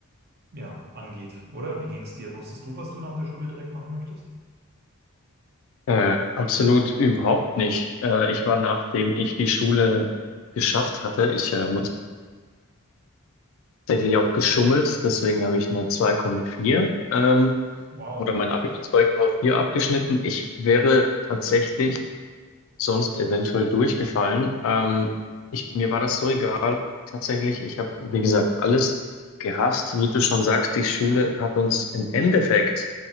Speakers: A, on the right; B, on the left.
A: ja, angeht, oder? Wie ging es dir? Wusstest du, was du nach der Schule direkt machen möchtest?
B: Äh, absolut überhaupt nicht. Äh, ich war, nachdem ich die Schule geschafft hatte, ich äh, muss tatsächlich auch geschummelt, deswegen habe ich eine 2,4 ähm,
A: Wow,
B: oder mein Abi mit 2,4 abgeschnitten. Ich wäre tatsächlich sonst eventuell durchgefallen. Ähm, ich, mir war das so egal, tatsächlich. Ich habe, wie gesagt, alles gehasst. Wie du schon sagst, die Schule hat uns im Endeffekt